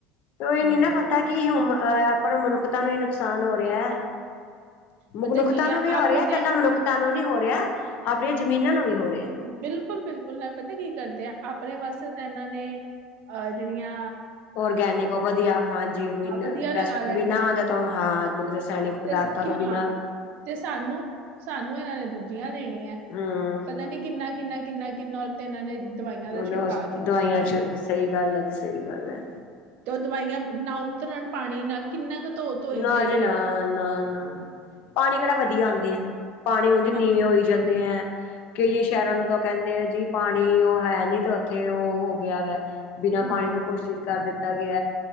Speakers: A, on the left; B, on the right.
A: ਇਹ
B: ਹਮ
A: ਨੀ ਨਾ ਪਤਾ ਕਿ ਹਮ ਮਨੁੱਖਤਾ ਨੂੰ ਵੀ ਨੁਕਸਾਨ ਹੋ ਰਿਹਾ
B: ਪਤਾ
A: ਮਨੁੱਖਤਾ
B: ਕੀ
A: ਨੂੰ ਵੀ ਹੋ
B: ਆਪਣੇ
A: ਰਿਹਾ ਹੈ ਇਕੱਲਾ ਮਨੁੱਖ ਤਾਂ ਨੂੰ ਨੀ ਹੋ ਰਿਹਾ ਆਪਣੀਆਂ ਜ਼ਮੀਨਾਂ ਨੂੰ ਵੀ ਹੋ ਰਿਹਾ
B: ਬਿਲਕੁੱਲ-ਬਿਲਕੁੱਲ ਨਾਲ ਪਤਾ ਕੀ ਕਰਦੇ ਆ ਆਪਣੇ ਵਾਸਤੇ ਤਾਂ ਏਨਾਂ ਨੇ ਆ ਜੇੜੀਆਂ
A: ਔਰਗੈਨਿਕ ਓ ਵਧੀਆ ਹਾਂਜੀ ਬਿਨ
B: ਵਧੀਆ ਲਗਾ
A: ਪੈਸਟ
B: ਲੈਣੀਆਂ
A: ਬਿਨਾਂ ਔਂਦਾ ਤਾਂ ਹਾਂ ਰਸਾਇਣਿਕ ਪਦਾਰਥਾਂ
B: ਤੇ ਸ- ਕਿ
A: ਤੋਂ
B: ਹਾਂ
A: ਬਿਨਾਂ
B: ਤੇ ਸਾਨੂੰ-ਸਾਨੂੰ ਏਨਾਂ ਨੇ ਦੂਜੀਆਂ ਦੇਣੀਐ।
A: ਹੂੰ।
B: ਪਤਾ ਨੀ ਕਿੰਨਾ-ਕਿੰਨਾ-ਕਿੰਨਾ-ਕਿੰਨਾ ਔਏ ਤੇ ਇਨਾਂ ਨੇ ਦਵਾਈਆਂ ਦਾ
A: ਓਦਾ
B: ਛਿੜਕਾਅ ਕੀਤਾ
A: ਦਵਾਈਆਂ
B: ਹੁੰਦਾ
A: ਚ ਸਈ ਗੱਲ ਐ ਜੀ ਸਈ ਗੱਲ ਐ।
B: ਤੇ ਓ ਦਵਾਈਆਂ ਨਾ ਉਤਰਨ ਪਾਣੀ ਨਾਲ। ਕਿੰਨਾ ਕ ਧੋ ਧੋਈ
A: ਨਾ
B: ਜਾਈਏ
A: ਜੀ ਨਾ-ਨਾ-ਨਾ ਪਾਣੀ ਕੇੜਾ ਵਧੀਆ ਆਂਦੇ ਐ ਪਾਣੀ ਉਂਜ ਨੀਵੇਂ
B: ਹਾਂ,
A: ਹੋਈ ਜਾਂਦੇ ਐ ਕਈ ਸ਼ੈਰਾਂ ਨੂੰ ਤਾਂ ਓ ਕੈਂਦੇ ਜੀ ਪਾਣੀ ਓ ਹੈਨੀ ਤੇ ਉੱਥੇ ਓ ਹੋ ਗਿਆ ਵੈ ਬਿਨਾਂ
B: ਹੂੰ
A: ਪਾਣੀ ਤੋਂ ਕੋਸ਼ਿਤ ਕਰ ਦਿੱਤਾ ਗਿਐ